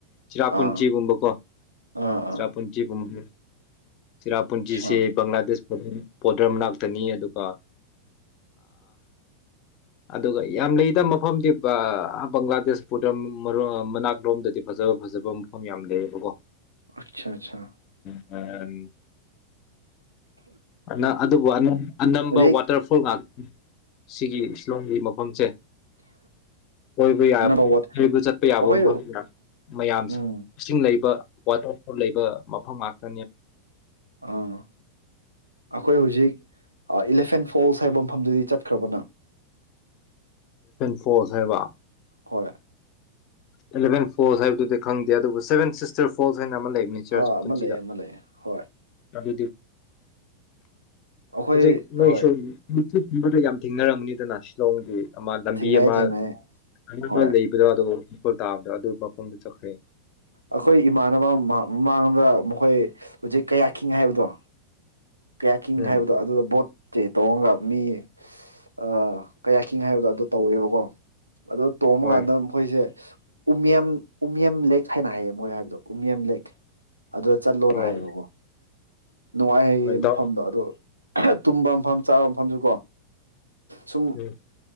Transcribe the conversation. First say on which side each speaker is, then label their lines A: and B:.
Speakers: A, on the left (about 40°); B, on the right (about 85°).
A: ꯆꯤꯔꯥꯄꯨꯟꯆꯒꯨꯝꯕ
B: ꯑꯥ
A: ꯀꯣ
B: ꯑꯥ ꯑꯥ
A: ꯆꯔꯥ ꯄꯨꯨꯟꯆꯒꯨꯝꯕ ꯁꯤꯔꯥꯄꯨꯟꯖꯤꯁꯤ
B: ꯑꯆꯥ
A: ꯪꯒ꯭ꯂꯥꯗꯦ ꯄꯣꯗ꯭ꯔ ꯃꯅꯥꯛꯇꯅꯤ ꯑꯗꯨꯒ ꯑꯗꯨꯒ ꯌꯥꯝ ꯂꯩꯗꯕ ꯃꯐꯝꯗꯤ ꯕꯪꯒ꯭ꯂꯥꯗꯦꯁ ꯄꯗ ꯃꯅꯥꯛꯂꯣꯝꯗꯗꯤ ꯐꯖꯕ ꯐꯖꯕ ꯃꯐꯝ ꯌꯥꯝ <unintelligible>
B: ꯑꯆꯥ ꯑꯆꯥ
A: ꯎꯝꯝ ꯑ ꯑꯗꯨꯕꯨꯅ ꯑꯅꯝꯕ
B: ꯍꯧꯖꯤꯛ
A: ꯋꯥꯇꯔꯐꯣꯜ ꯉꯥꯛꯇꯅꯤ ꯁꯛꯂꯤ ꯂꯣꯟꯝꯒꯤ ꯃꯐꯝꯁꯦ ꯑꯣꯏꯕ ꯌꯥꯕ
B: ꯑꯅꯝꯕ ꯋꯥꯠ
A: ꯆꯠꯄ ꯌꯥꯕ
B: ꯑꯩꯈꯣꯏ
A: ꯃꯐꯝꯗ ꯃꯌꯥꯝ
B: ꯎꯝ
A: ꯏꯁꯤꯡ ꯂꯩꯕ ꯋꯥꯇꯔ ꯐꯣꯜ ꯂꯩꯕ ꯃꯐꯝ ꯉꯥꯛꯇ
B: ꯑꯥ ꯑꯩꯈꯣꯏ ꯍꯧꯖꯤꯛ ꯏꯂꯤꯐꯦꯟ ꯐꯣꯜꯁ ꯍꯥꯏꯕ ꯃꯐꯝꯗꯨꯗꯤ ꯆꯠꯈ꯭ꯔꯕꯅ
A: ꯐ ꯍꯥꯏꯕ
B: ꯍꯣꯏ
A: ꯑꯦꯂꯚꯦꯟ ꯐꯣꯔꯁ ꯍꯥꯏꯕꯗꯨꯗꯤ ꯈꯪꯗꯦ ꯑꯗꯨꯕꯨ ꯁꯚꯦꯟ ꯁꯤꯁꯇꯔ ꯐꯣꯔꯁ ꯂꯩ
B: ꯑꯥ
A: ꯄꯨꯟꯁꯤꯗ
B: ꯑꯃ ꯂꯩꯌꯦ ꯑꯃ ꯂꯩꯌꯦ ꯍꯣꯏ
A: ꯎꯝ
B: ꯑꯩꯈꯣꯏ
A: ꯍꯧꯖꯤ ꯅꯁꯨꯣ
B: ꯍꯣꯏ
A: ꯏꯗꯤ ꯊꯦꯡꯅꯔꯝꯅꯤꯗꯅ ꯁꯤꯂꯣꯡꯒꯤ ꯑꯃ ꯂꯝꯕꯤ
B: ꯊꯦꯡꯅꯩꯌꯦ
A: ꯑꯃ
B: ꯊꯦꯡꯅꯩꯌꯦ
A: ꯈꯪꯅꯕ
B: ꯍꯣꯏ
A: ꯂꯩꯕꯗꯣ ꯑꯗꯨꯕꯨ ꯏꯈꯨꯜ ꯇꯥꯕꯗ ꯑꯗꯨ ꯃꯐꯝꯗꯨ ꯆꯠꯈ꯭ꯔꯦ
B: ꯑꯩꯈꯣꯏ ꯏꯃꯥꯟꯅꯕ ꯃꯃꯥꯡ ꯑꯃꯗ ꯃꯈꯣꯏ ꯍꯧꯖꯤꯛ ꯀꯌꯥ ꯈꯤꯉꯦ ꯍꯥꯏꯕꯗꯣ ꯀꯌꯥꯀꯤꯡ
A: ꯎꯝ
B: ꯍꯥꯏꯕꯗꯣ ꯑꯗꯨꯗ ꯕꯣꯠ ꯇꯦ ꯇꯧꯔꯒ ꯃꯤ ꯑ ꯀꯌꯥꯀꯤꯡ ꯍꯥꯏꯕꯗꯣ ꯑꯗꯨ ꯇꯧꯋꯦꯕꯀꯣ ꯑꯗꯣ ꯇꯣꯡꯕꯀꯥꯟꯗ
A: ꯍꯣꯏ
B: ꯃꯈꯣꯏꯁꯦ ꯎꯌ ꯎꯃꯤꯌꯝ ꯂꯦꯛ ꯍꯥꯏꯅ ꯍꯥꯏꯌꯦ ꯃꯣꯏ ꯍꯥꯏꯕꯗꯣ ꯎꯃꯤꯌꯨꯝ ꯂꯦꯛ ꯑꯗꯨꯗ ꯆꯠꯂꯣꯅ
A: ꯑꯣ
B: ꯍꯥꯏꯌꯦꯕꯀꯣ ꯅꯨꯡꯉꯥꯏ ꯍꯥꯏꯩꯌꯦ
A: ꯍꯣꯏ
B: ꯃꯐꯝꯗꯣ
A: ꯗꯥꯎ
B: ꯑꯗꯣ ꯇꯨꯝꯕ ꯃꯐꯝ ꯆꯥꯕ ꯃꯐꯝꯁꯨ ꯀꯣ ꯁꯨꯝ
A: ꯎꯝ